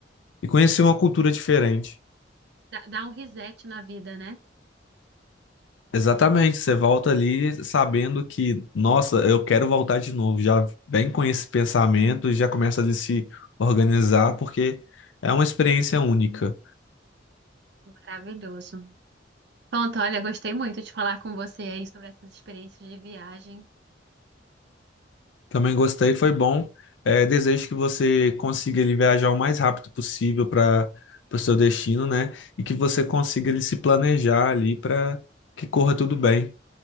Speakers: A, on the left (about 80°); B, on the right (about 65°).
A: e conhecer uma cultura diferente.
B: Dá, dá um reset na vida, né?
A: Exatamente, você volta ali sabendo que, nossa, eu quero voltar de novo. Já vem com esse pensamento e já começa a se organizar, porque é uma experiência única.
B: Maravilhoso. Pronto, olha, gostei muito de falar com você aí sobre essas experiências de viagem.
A: Também gostei, foi bom. É, desejo que você consiga ele viajar o mais rápido possível para o seu destino, né? E que você consiga ele se planejar ali para que corra tudo bem.